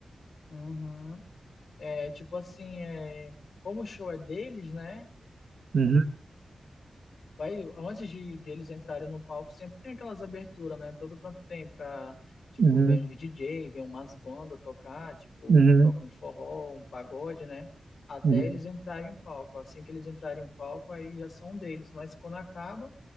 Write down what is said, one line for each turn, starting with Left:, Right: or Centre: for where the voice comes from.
Left: uhum. É, tipo assim, é, como o show é deles, né?
Right: Uhum,
Left: Vai, antes de, de eles entrarem no palco, sempre tem aquelas aberturas, né? Todo canto tem pra, tipo,
Right: uhum,
Left: vem uns DJ, vem umas bandas tocar, tipo,
Right: uhum,
Left: toca um forró, um pagode, né? Até
Right: uhum,
Left: eles entrarem em palco. Assim que eles entrarem em palco, aí já são deles. Mas quando acaba,